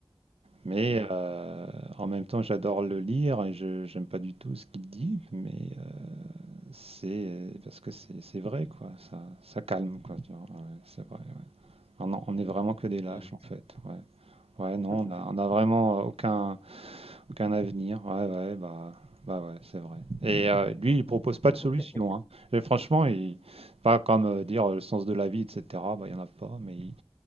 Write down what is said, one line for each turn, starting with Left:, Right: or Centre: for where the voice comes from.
Right: Mais
Left: Mhm.
Right: euh, en même temps, j'adore le lire et je j'aime pas du tout ce qu'il dit, mais euh, c'est parce que c'est c'est vrai, quoi. Ça, ça calme, quoi. tu vois. Ouais, c'est vrai, ouais. On, en- on est vraiment que des lâches,
Left: Mhm.
Right: en fait. Ouais, ouais non,
Left: <laughs>
Right: on a, on a vraiment aucun, Aucun avenir. Ouais, ouais, bah, bah ouais, c'est vrai. Et euh, lui, il propose pas
Left: <laughs>
Right: de solution, hein. Et franchement, il, pas comme euh, dire euh, le sens de la vie, etc. Bah, il y en a pas, mais il,